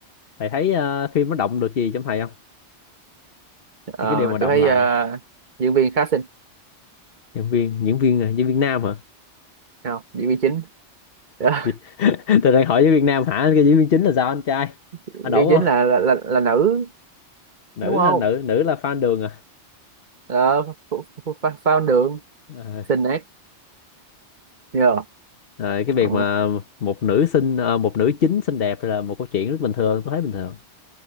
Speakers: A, on the left; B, on the right.
A: thầy thấy ờ, phim nó động được gì trong thầy không
B: Ờ,
A: những cái điều mà động
B: tôi thấy
A: lại
B: ờ, diễn viên khá xinh
A: diễn viên diễn viên à, diễn viên nam hả
B: không diễn viên chính <laughs>
A: <laughs> tôi đang hỏi với Việt Nam hả cái diễn viên chính là sao anh trai
B: diễn
A: anh đủ
B: viên chính
A: không
B: là là, là, là nữ
A: nữ
B: đúng không
A: hả? nữ nữ là fan đường à
B: ờ, ph- ph- ph- phao đường
A: Ờ.
B: xinh nét nhờ
A: Ờ, cái
B: ừ.
A: việc mà một nữ xinh ờ, một nữ chính xinh đẹp là một câu chuyện rất bình thường tôi thấy bình thường